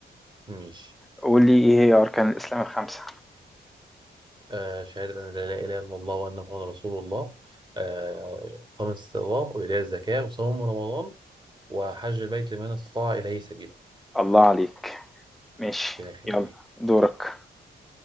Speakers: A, on the right (about 25°); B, in the centre.
A: ماشي
B: قول لي ايه هي أركان الإسلام الخمسة؟
A: آه، شهادة أن لا إله إلا الله وأن محمد رسول الله آه، إقام الصلاة وإيتاء الزكاة وصوم رمضان وحج البيت لمن استطاع إليه سبيلا
B: الله عليك ماشي
A: إلى آخره
B: يلا دورك